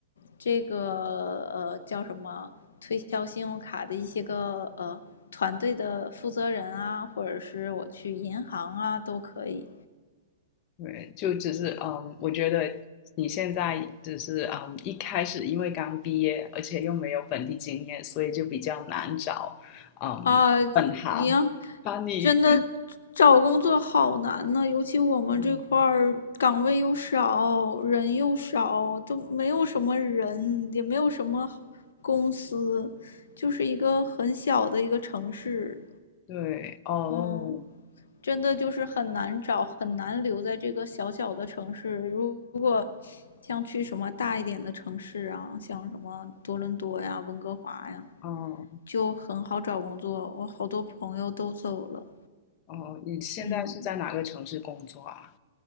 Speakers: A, on the left; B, on the left.
A: 这个呃叫什么推销信用卡的一些个呃团队的负责人啊，或者是我去银行啊都可以
B: 对，就只是嗯，我觉得你现在只是嗯，一开始因为刚毕业，而且又没有本地经验，所以就比较难找嗯本行把你。
A: 啊。你要真的找工作好难呢，尤其我们这块儿岗位又少，
B: 嗯
A: 人又少，都没有什么人，也没有什么公司，就是一个很小的一个城市。
B: 对，哦
A: 嗯，真的就是很难找，很难留在这个小小的城市。如果像去什么大一点的城市啊，像什么多伦多呀、温哥华呀，
B: 哦
A: 就很好找工作。我好多朋友都走了。
B: 哦，你现在是在哪个城市工作啊？
A: 嗯，